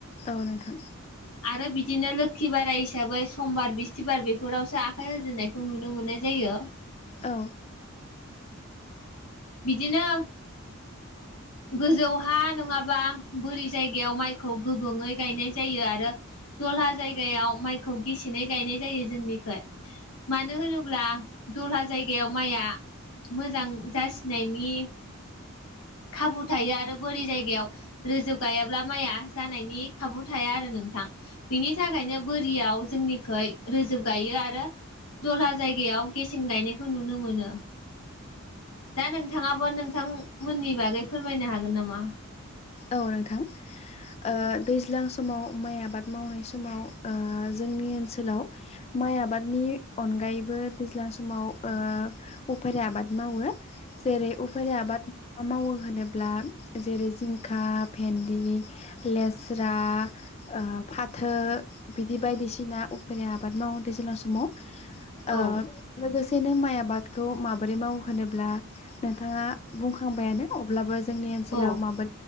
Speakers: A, on the left; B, on the left.
A: औ नोंथां।
B: आरो बिदिनो लोखि बाराय हिसाबै समबार बिस्थिबार बेफोरावसो आखाइ होजेननायखौ नुनो मोननाय जायो।
A: औ
B: बिदिनो गोजौहा नङाबा बोरि जायगायाव माइखौ गोबङै गायनाय जायो आरो दला जायगायाव माइखौ गेसेङै गायनाय जायो जोंनिखै मानो होनोब्ला दला जायगायाव माइआ मोजां जासिनायनि खाबु थायो आरो बोरि जायगायाव रोजोब गायाब्ला माइया जानायनि खाबु थाया आरो नोंथां। बिनि थाखायनो बोरियाव जोंनिखोइ रोजोब गायो आरो दला जायगायाव गेसें गायनायखौ नुनो मोनो। दा नोंथाङा। मा नोंथांमोननि बागै फोरमायनो हागोन नामा।
A: औ नोंथां ओ दैज्लां समाव माइ आबाद मावनाय समाव ओ जोंनि ओनसोलाव माइ आबादनि अनगायैबो दैज्लां समाव ओ उफेर आबाद मावो। जेरै उफारि आबाद मा मावो। मा होनोब्ला जेरै जिं सिखा भेन्दि लेस्रा ओ फाथो बिदि बायदिसिना उफेरा आबाद मावो दैज्लां समाव।
B: औ
A: ओ लोगोसे। बिसेनो माइ आबादखौ माबोरै मावो होनोब्ला नोंथाङा बुंखांबायानो। अब्लाबो जोंनि ओनसोलाव
B: औ
A: माबा